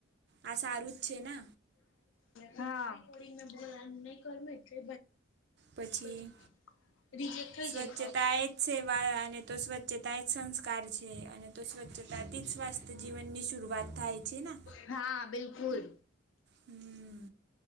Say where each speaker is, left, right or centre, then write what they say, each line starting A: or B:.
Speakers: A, on the right (about 55°); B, on the left (about 70°).
A: આ સારું જ છે ને?
B: હા. <unintelligible> એટલો બધો,
A: પછી
B: બધું. રીજેક્ટ થઈ
A: સ્વચ્છતા
B: જાય.
A: એ જ સેવા અને તો સ્વચ્છતા એ જ સંસ્કાર છે અને તો સ્વચ્છતાથી જ સ્વાસ્થ્ય જીવનની શરૂઆત થાય છે ને
B: હા. હા બિલકુલ.
A: હમ